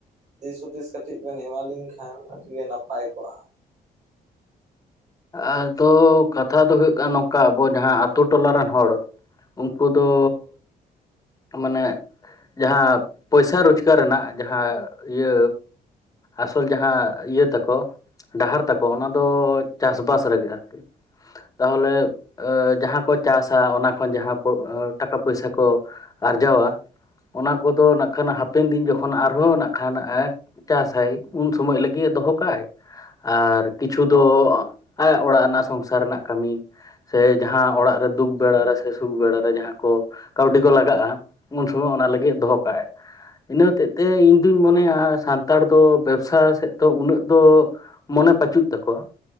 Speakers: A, on the right; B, on the left.
A: ᱫᱤᱥ ᱦᱩᱫᱤᱥ ᱠᱟᱹᱴᱤᱡ ᱵᱮᱱ ᱮᱢᱟ ᱞᱤᱧ ᱠᱷᱟᱱ ᱟᱹᱰᱤ ᱜᱮ ᱱᱟᱯᱟᱭ ᱠᱚᱜᱼᱟ ᱾
B: ᱟᱫᱚ ᱠᱟᱛᱷᱟ ᱫᱚ ᱦᱩᱭᱩᱜ ᱠᱟᱱᱟ ᱱᱚᱝᱠᱟ ᱟᱵᱚ ᱡᱟᱦᱟᱸ ᱟᱛᱩ ᱴᱚᱞᱟ ᱨᱮᱱ ᱦᱚᱲ ᱩᱝᱠᱩ ᱫᱚ ᱢᱟᱱᱮ ᱡᱟᱦᱟᱸ ᱯᱚᱭᱥᱟ ᱨᱳᱪᱽᱠᱟᱨ ᱨᱮᱱᱟᱜ ᱡᱟᱦᱟᱸ ᱤᱭᱟᱹ ᱟᱥᱚᱞ ᱡᱟᱦᱟᱸ ᱤᱭᱟᱹ ᱛᱟᱠᱚ ᱰᱟᱦᱟᱨ ᱛᱟᱠᱚ ᱚᱱᱟ ᱫᱚ ᱪᱟᱥᱵᱟᱥ ᱨᱮᱜᱮ ᱟᱨᱠᱤ ᱾ ᱛᱟᱦᱚᱞᱮ ᱮ ᱡᱟᱦᱟᱸ ᱠᱚ ᱪᱟᱥᱟ ᱚᱱᱟ ᱠᱷᱚᱱ ᱡᱟᱦᱟᱸ ᱯᱚ ᱴᱟᱠᱟ ᱯᱚᱭᱥᱟ ᱠᱚ ᱟᱨᱡᱟᱣᱟ, ᱚᱱᱟ ᱠᱚᱫᱚ ᱱᱟᱜ ᱠᱷᱟᱱ ᱦᱟᱯᱮᱱ ᱫᱤᱱ ᱡᱚᱠᱷᱚᱱ ᱟᱨᱦᱚᱸ ᱱᱟᱜ ᱠᱷᱟᱱ ᱮ ᱪᱟᱥᱟᱭ, ᱩᱱ ᱥᱚᱢᱚᱡ ᱞᱟᱹᱜᱤᱜ ᱮ ᱫᱚᱦᱚ ᱠᱟᱜᱟᱭ, ᱟᱨ ᱠᱤᱪᱷᱩ ᱫᱚ ᱟᱭᱟᱜ ᱚᱲᱟᱜ ᱨᱮᱱᱟᱜ ᱥᱚᱝᱥᱟᱨ ᱨᱮᱱᱟᱜ ᱠᱟᱹᱢᱤ ᱥᱮ ᱡᱟᱦᱟᱸ ᱚᱲᱟᱜ ᱨᱮ ᱫᱩᱠ ᱵᱮᱲ ᱨᱮ ᱥᱮ ᱥᱩᱠ ᱵᱮᱲᱟ ᱨᱮ ᱡᱟᱦᱟᱸ ᱠᱚ ᱠᱟᱹᱣᱰᱤ ᱠᱚ ᱞᱟᱜᱟᱜᱼᱟ, ᱩᱱ ᱥᱚᱢᱚᱡ ᱚᱱᱟ ᱞᱟᱹᱜᱤᱜ ᱮ ᱫᱚᱦᱚ ᱠᱟᱜᱼᱟᱭ ᱾ ᱤᱱᱟᱹ ᱦᱚᱛᱮᱜ ᱛᱮ ᱤᱧ ᱫᱩᱧ ᱢᱚᱱᱮᱭᱟ ᱥᱟᱱᱛᱟᱲ ᱫᱚ ᱵᱮᱵᱽᱥᱟ ᱥᱮᱫ ᱫᱚ ᱩᱱᱟᱹᱜ ᱫᱚ ᱢᱚᱱᱮ ᱯᱟᱪᱩᱜ ᱛᱟᱠᱚᱣᱟ ᱾